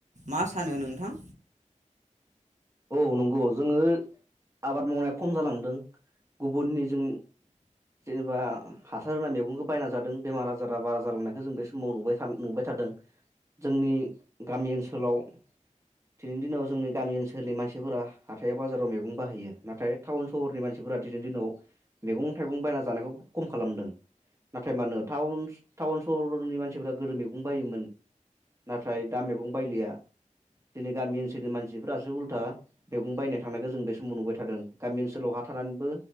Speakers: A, on the right; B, on the right.
A: मा सानो नोंथां
B: औ नंगौ जोङो आबाद मावनाया खम जालां दों गुबुननि जों जेनेबा हासार होनाय मैगंखौ बायना जादों बेमार आजारा बारा जालांनायखौ जों बे समाव नुबायन नुबाय थादों जोंनि गामि ओनसोलाव दिनैनि दिनाव जोंनि गामि ओनसोलनि मानसिफोरा हाथायाव बाजाराव मैगं बाहैयो नाथाय टाउन सहरनि मानफोरा दिनैनि दिनाव मैगं थाइगं बायना जानायखौ खम खालामदों नाथाय माानो टाउन टाउन सहरनि मानसिफोरा गोदो मैगं बायोमोन नाथाय दा मैगं बायलिया दिनै गामि ओनसोलनि मानसिफ्रासो उल्था मैगं बायनो थांनायखौ जों बे समाव नुबाय थादों गामि ओस सोलाव हा थानानैबो